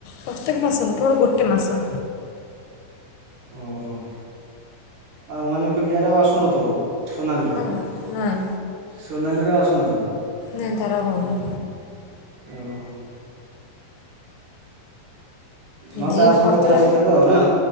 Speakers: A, on the left (about 80°); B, on the right (about 70°).
A: ପ୍ରତ୍ୟେକ ମାସ ନୁହେ କେବଳ ଗୋଟେ ମାସ।
B: ଓହୋ। ଆଉ ମାନେ କ ୟାର ଆଉ ଆସୁନଥିବ ସୋନାଲିର।
A: କାହାର ନାଇଁ
B: ସୋନାଲିରେ ଆଉ ଆସୁନଥିବ।
A: ନାଇଁ ତାର ଆଉ ହଉନି।
B: ଓହୋ। ନହେଲେ
A: ଯିଏ
B: ତା ସହ
A: କରିଦେଲା
B: କଥା ହେଇଯାଇଥାନ୍ତ ଆଉ ନା।